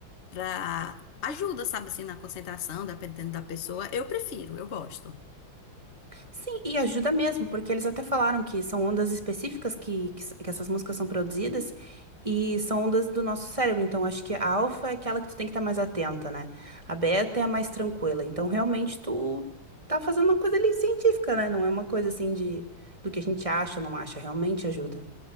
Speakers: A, on the left (about 40°); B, on the right (about 15°).
A: pra ajuda, sabe, assim, na concentração, dependendo da pessoa. Eu prefiro, eu gosto.
B: Sim, e ajuda mesmo, porque eles até falaram que são ondas específicas que, que, s- que essas músicas são produzidas e são ondas do nosso cérebro. Então, acho que a alfa é aquela que tu tem que estar mais atenta, né? A beta é a mais tranquila. Então, realmente, tu tá fazendo uma coisa ali científica, né? Não é uma coisa assim de do que a gente acha ou não acha. Realmente ajuda.